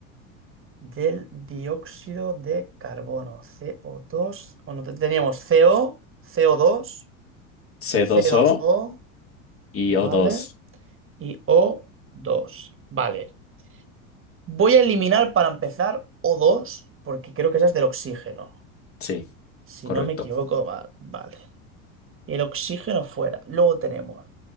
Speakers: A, on the right (about 30°); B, on the left (about 30°).
A: Del dióxido de carbono, co dos Bueno, te- teníamos CO, co dos
B: c dos
A: c dos
B: o
A: O,
B: y
A: ¿vale?
B: o dos.
A: Y o dos ¿vale? Voy a eliminar para empezar o dos porque creo que esa es del oxígeno.
B: Sí,
A: Si
B: correcto.
A: no me equivoco, va- vale. El oxígeno fuera. Luego tenemos.